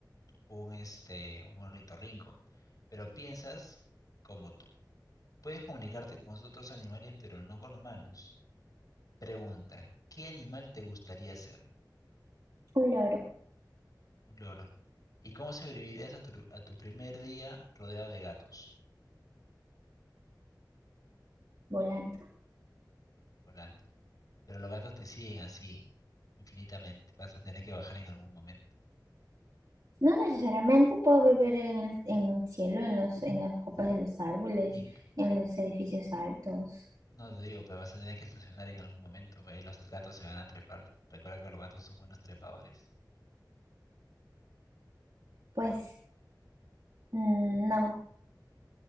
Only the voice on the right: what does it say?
un loro
volando.
No necesariamente puedo vivir en el, en el cielo, en los, en las copas de los árboles,
en los edificios altos.
Pues mm, no,